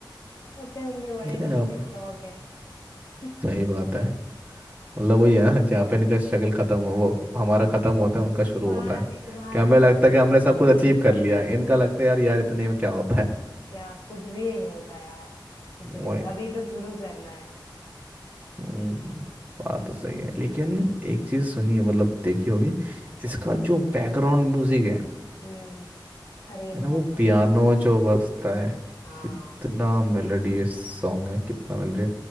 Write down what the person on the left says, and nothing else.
होते होंगे बड़े
लोगों
के शौक है <laughs>
वहां
वहां
से क्या इनका
<laughs>
क्या कुछ भी नहीं होता यार इतने
में। अभी तो शुरू करना है
हम्म अरे
बहुत
बढ़िया
हाँ